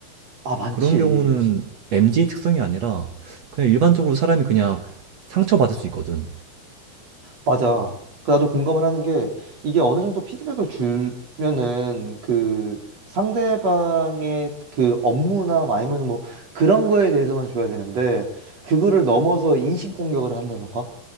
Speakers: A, on the right; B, on the right.
A: 아, 많지.
B: 그런 경우는 MZ 특성이 아니라, 그냥 일반적으로 사람이 그냥 상처받을 수 있거든.
A: 맞아. 그 나도 공감을 하는 게 이게 어느 정도 피드백을 주면은 그 상대방의 그 업무나 아니면 뭐 그런 거에 대해서만 줘야 되는데 그거를 넘어서 인신공격을 한다던가